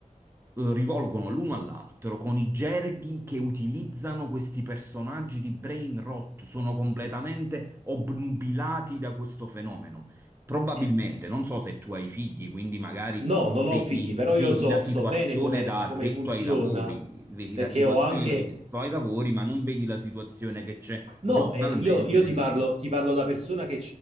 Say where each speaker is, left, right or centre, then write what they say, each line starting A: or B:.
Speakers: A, on the right (about 20°); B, on the right (about 55°).
A: eh, rivolgono l'uno all'altro con i gerghi che utilizzano questi personaggi di brain rot, sono completamente obnubilati da questo fenomeno. Probabilmente,
B: eh,
A: non so se tu hai figli, quindi magari
B: No, non
A: vedi,
B: ho figli, però
A: vedi
B: io so,
A: la situazione
B: so bene come,
A: da addetto
B: come funziona,
A: ai lavori, vedi
B: perché
A: la situazione
B: ho anche...
A: da addetto ai lavori, ma non vedi la situazione che c'è
B: No,
A: giornalmente
B: eh, io, io
A: nella
B: ti parlo,
A: casa.
B: ti parlo da persona che